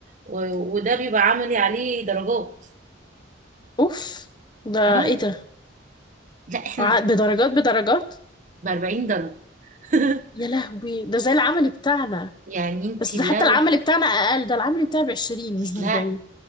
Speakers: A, on the right; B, on the left.
A: و- وده بيبقى عملي عليه درجات
B: اوف ده
A: اه
B: ايه ده
A: لا احنا
B: ع- بدرجات بدرجات
A: ب 40 درجة <laughs>
B: يا لهوي ده زي العمل بتاعنا
A: يعني انتي
B: بس ده
A: لو
B: حتى العمل بتاعنا اقل ده العمل بتاعي ب 20 مش ب
A: لا
B: 40